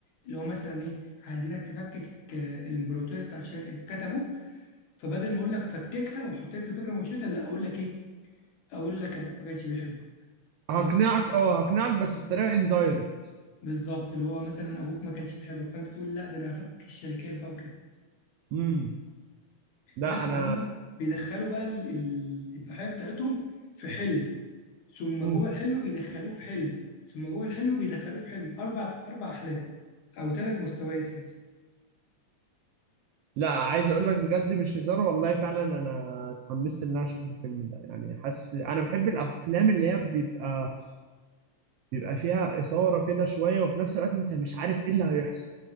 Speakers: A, on the left; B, on the right.
A: اللي هو مثلا ايه عايزينك تفكك آه، الامبراطوريه بتاعت ش- كات ابوك فبدل ما اقول لك فككها واحط لك الفكره مباشره لا اقول لك ايه اقول لك ابوك ما كانش بيحبك
B: هقنعك
A: فاهم الفكره
B: اه هقنعك بس بطريقة اندايركت
A: بالظبط اللي هو مثلا ابوك ما كانش بيحبك فانت تقول لا ده انا هفك الشركات بقى وكده
B: امم لا
A: بس
B: انا
A: فهم بيدخلوا بقى ال- ال- الضحيه بتاعتهم في حلم ثم
B: مم.
A: جوه الحلم بيدخلوه في حلم ثم جوه الحلم بيدخلوه في حلم اربع اربع احلام او ثلاث مستويات يعني
B: لا عايز اقول لك بجد مش هزار والله فعلا انا اتحمست ان انا اشوف الفيلم ده يعني حاسس انا بحب الافلام اللي هي بيبقى بيبقى فيها اثاره كده شويه وفي نفس الوقت انت مش عارف ايه اللي هيحصل